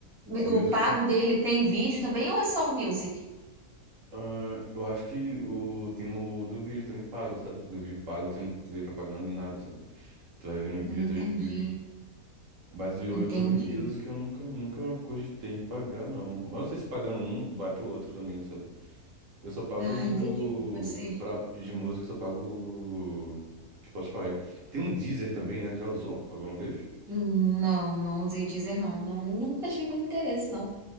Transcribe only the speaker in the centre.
o pago dele tem vídeo também ou é só o Music?
Hum,
Entendi,
entendi.
Ah, entendi.
Pode ser.
Hum, Não, não usei dizer não. Não, nunca tive muito interesse, não,